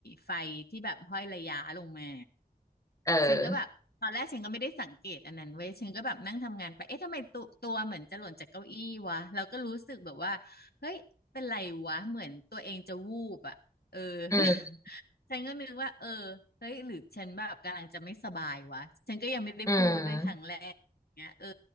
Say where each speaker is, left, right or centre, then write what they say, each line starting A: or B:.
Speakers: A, on the left (about 75°); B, on the left (about 20°).
A: ไฟที่แบบห้อยระย้าลงมา
B: เออ
A: ฉันก็แบบตอนแรกฉันก็ไม่ได้สังเกตอันนั้นเว้ยฉันก็แบบนั่งทำงานไปเอ๊ะทำไมตัวตัวเหมือนจะหล่นจากเก้าอี้วะเราก็รู้สึกแบบว่าเฮ้ยเป็นไรวะเหมือนตัวเองจะวูบอ่ะเออ
B: อืม
A: <laughs> ฉันก็นึกว่าเออเฮ้ยหรือฉันแบบกำลังจะไม่สบายวะฉันก็ยังไม่ได้พูดไว้ยครั้งแรกเงี้ยเออ
B: อืม